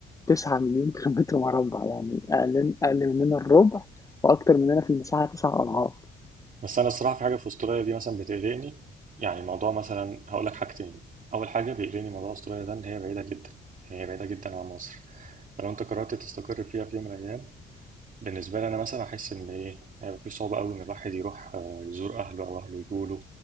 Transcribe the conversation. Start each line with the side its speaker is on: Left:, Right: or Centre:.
Left: 9.000.000 كيلومتر مربع، يعني أقل أقل مننا الربع وأكتر مننا في المساحة 9 أضعاف،
Right: بس انا الصراحه في حاجه في استراليا دي مثلا بتقلقني يعني موضوع مثلا هقول لك حاجتين اول حاجه بيقلقني موضوع استراليا ده ان هي بعيده جدا يعني هي بعيده جدا عن مصر فلو انت قررت تستقر فيها في يوم من الايام بالنسبة لي أنا مثلا أحس إن إيه هيبقى في صعوبة أوي إن الواحد يروح آه، يزور أهله أو أهله يجوله